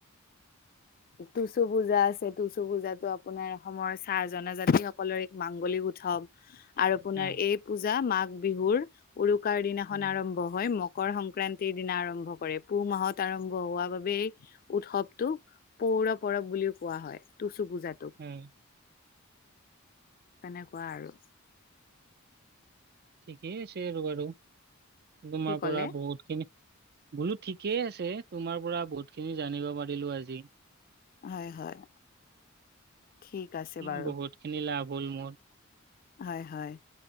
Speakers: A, on the left; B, on the right.
A: টুচু পূজা আছে টুচু পূজাতো আপোনাৰ অসমৰ চাহ জনজাতি সকলৰ এক মাংগলিক উৎসৱ আৰু আপোনাৰ
B: উম
A: এই পূজা মাঘ বিহুৰ উৰুকাৰ দিনাখন
B: উম
A: আৰম্ভ আৰম্ভ হয় মকৰ সংক্ৰান্তিৰ দিনা আৰম্ভ কৰে পুহ মাহত আৰম্ভ হোৱাৰ বাবেই উৎসৱটো পৌৰ পৰব বুলিও কোৱা হয় টুচু পূজাটো
B: উম
A: তেনেকুৱা আৰু
B: ঠিকেই আছে আৰু বাৰু তোমাৰ
A: কি ক'লে
B: পৰা বহুতখিনি বোলো ঠিকেই আছে তোমাৰ পৰা বহুত খিনি জানিব পাৰিলো আজি
A: হয় হয় ঠিক আছে
B: উম
A: বাৰু
B: বহুত খিনি লাভ হ'ল মোৰ
A: হয় হয়